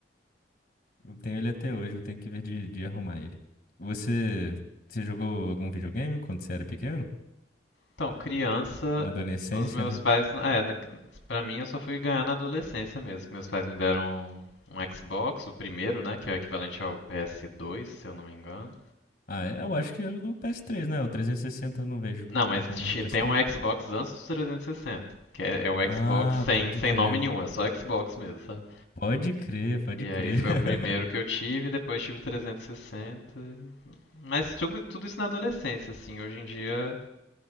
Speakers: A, on the left; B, on the left.
A: Eu tenho ele até hoje, eu tenho que ver de, de arrumar ele. Você. Você jogou algum videogame quando você era pequeno?
B: Então, criança,
A: Ou na adolescência,
B: os meus
A: né?
B: pais, é, na- pra mim eu só fui ganhar na adolescência mesmo, que meus pais me deram um, um Xbox, o primeiro, né, que é o equivalente ao PS2, se eu não me engano.
A: Ah, é? eu acho que é do PS3, né? O 360 eu não vejo
B: Não, mas
A: pra concorrer
B: ti-
A: ao PS3.
B: tem um Xbox antes do 360, que é, é o
A: Ah,
B: Xbox sem,
A: pode
B: sem
A: crer.
B: nome nenhum, é só Xbox mesmo, sabe?
A: Pode crer, pode
B: E
A: crer.
B: aí foi
A: <laughs>
B: o primeiro que eu tive, depois tive o 360. e- sessenta. e- Mas tudo, tudo isso na adolescência, assim. Hoje em dia